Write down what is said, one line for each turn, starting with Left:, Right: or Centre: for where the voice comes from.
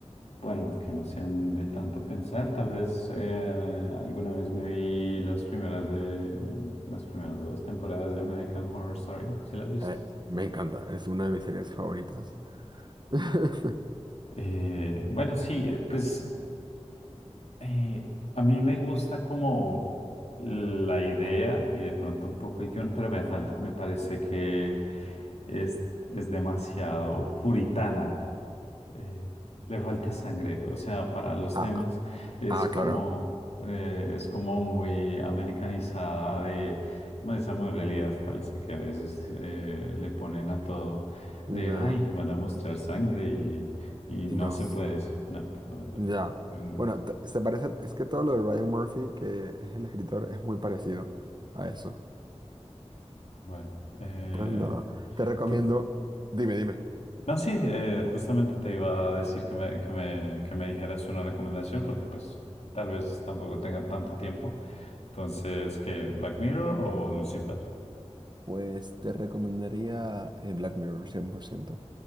Left: bueno, que no sean de tanto pensar, tal vez eh, alguna vez me vi las primeras de, un- las primeras dos temporadas de American Horror Story, ¿sí las has visto?
Right: eh, me encanta, es una de mis series favoritas. <laughs>
Left: Eh, bueno, sí, pues Eh, a mí me gusta como la idea y de pronto un poco el guión, pero me falta, me parece que es, es demasiado puritana. eh, le falta sangre, o sea, para los temas
Right: Ah, ah,
Left: es
Right: ah,
Left: como,
Right: claro.
Left: eh, es como muy americanizada de, como esa realidad falsa que a veces eh, le ponen a todo,
Right: Ya.
Left: de, ay, van a mostrar sangre y, y
Right: Y
Left: no
Right: no.
Left: se puede eso. No, no,
Right: Ya.
Left: no, no.
Right: Bueno, t- se parece, es que todo lo de Ryan Murphy, que es el escritor, es muy parecido a eso.
Left: Bueno, eh,
Right: Pues nada, te recomiendo.
Left: tú-
Right: Dime, dime.
Left: no, sí, eh, justamente te iba a decir que me, que me, que me dijeras una recomendación porque pues tal vez tampoco tenga tanto tiempo. Entonces, ¿qué? ¿Black Mirror o Lucifer?
Right: Pues te recomendaría eh, Black Mirror, 100%.